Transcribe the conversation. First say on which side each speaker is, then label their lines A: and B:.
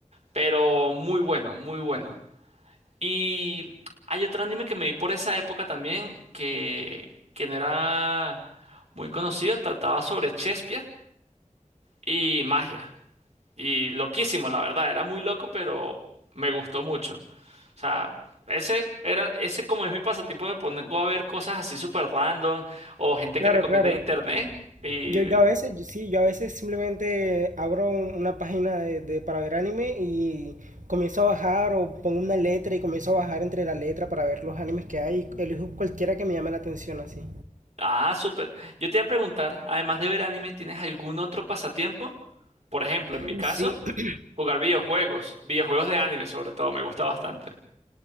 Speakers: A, on the right; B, on the right.
A: Pero muy bueno, muy bueno. Y hay otro anime que me vi por esa época también, que, que no era muy conocido, trataba sobre Shakespeare y magia. Y loquísimo, la verdad, era muy loco, pero me gustó mucho. O sea, ese era, ese como es mi pasatiempo, me pongo a ver cosas así súper random o gente
B: Claro,
A: que recomienda
B: claro.
A: en internet. Y,
B: Yo, yo a veces, sí, yo a veces simplemente abro un- una página de, de- para ver anime y comienzo a bajar o pongo una letra y comienzo a bajar entre la letra para ver los animes que hay y elijo cualquiera que me llame la atención así.
A: ah, súper. Yo te iba a preguntar, además de ver anime, ¿tienes algún otro pasatiempo? Por ejemplo, en mi caso.
B: Uh, Sí, <clears throat>
A: Jugar videojuegos, videojuegos de anime sobre todo, me gusta bastante.